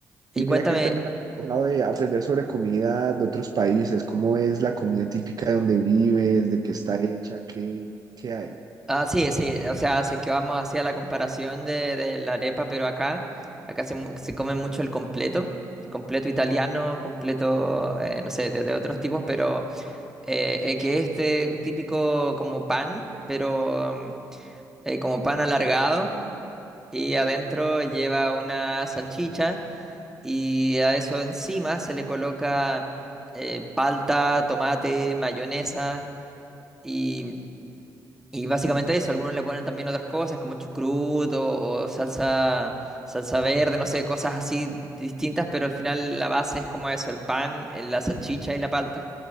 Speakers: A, in the centre; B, on the right.
A: Y
B: Y mira
A: cuéntame,
B: que yo también he tratado de aprender sobre comida de otros países, cómo es la comida típica de donde vives, de qué está hecha, qué, qué hay.
A: ah, sí, sí, o sea, si es que vamos hacia la comparación de, de la arepa, pero acá, acá se, mu- se come mucho el completo, el completo italiano, completo, eh, no sé, de, de otros tipos, pero eh, eh, que este típico como pan, pero... mm, eh, como pan alargado y adentro lleva una salchicha Y a eso encima se le coloca eh, palta, tomate, mayonesa y y básicamente eso, algunos le ponen también otras cosas como chucruto o salsa, salsa verde, no sé, cosas así distintas, pero al final la base es como eso, el pan, eh, la salchicha y la palta.